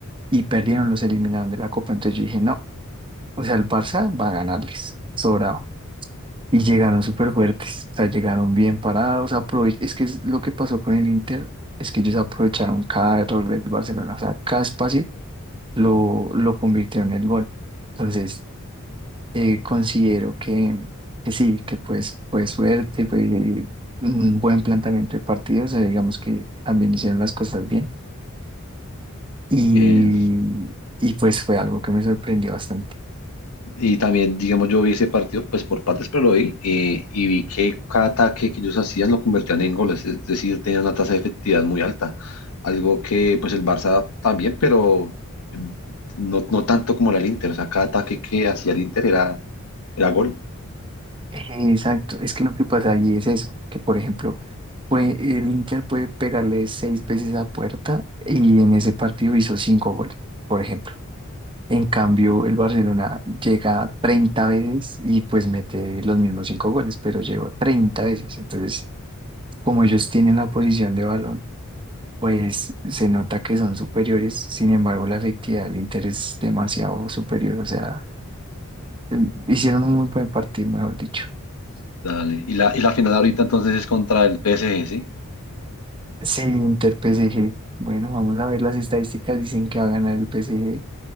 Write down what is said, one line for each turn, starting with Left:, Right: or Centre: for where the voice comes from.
Right: y perdieron, los eliminaron de la Copa. Entonces yo dije, no, o sea, el Barça va a ganarles, sobrado. Y llegaron súper fuertes, o sea, llegaron bien parados. aprove- Es que es lo que pasó con el Inter es que ellos aprovecharon cada error del Barcelona, o sea, cada espacio lo, lo convirtió en el gol. Entonces, eh, considero que, que sí, que pues fue suerte, fue un buen planteamiento de partido, o sea, digamos que también hicieron las cosas bien y,
Left: Eh,
Right: y pues fue algo que me sorprendió bastante.
Left: Y también, digamos, yo vi ese partido, pues por partes, pero lo vi, eh, y vi que cada ataque que ellos hacían lo convertían en goles, es decir, tenían una tasa de efectividad muy alta, algo que pues el Barça también, pero mm, no, no tanto como era el Inter, o sea, cada ataque que hacía el Inter era, era gol.
Right: Exacto, es que lo que pasa allí es eso, que por ejemplo, fue- el Inter puede pegarle seis veces a puerta y en ese partido hizo cinco goles, por ejemplo. En cambio, el Barcelona llega 30 veces y pues mete los mismos 5 goles, pero llegó 30 veces. Entonces, como ellos tienen la posición de balón, pues se nota que son superiores. Sin embargo, la efectividad del Inter es demasiado superior. O sea, em, hicieron un muy buen partido, mejor dicho.
Left: Dale. Y la, y la final ahorita entonces es contra el PSG, ¿sí?
Right: Sí, Inter PSG. Bueno, vamos a ver las estadísticas. Dicen que va a ganar el PSG,